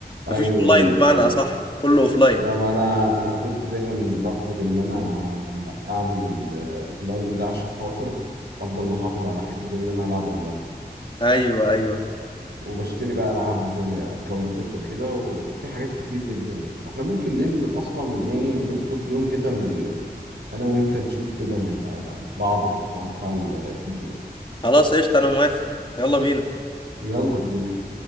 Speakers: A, on the right; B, on the left.
A: ايوه
B: مفيش اونلاين
A: ايوه
B: بمعنى
A: ايوه
B: اصح كله اوفلاين
A: لا ما انا انا كنت دايما برفض ان انا اعمل الاوفلاين ده عشان خاطر افضل محافظ على حته ان انا العب اونلاين
B: ايوه ايوه
A: وبشتري بقى العاب آه، اكونتات وكده وفي حاجات كتير جدا احنا ممكن ننزل اصلا ايه نظبط يوم كده ن- انا وانت نشوف كده آه، بعض في الحوار بتاع الفيفا ده
B: خلاص قشطه انا موافق يلا بينا
A: يلا بينا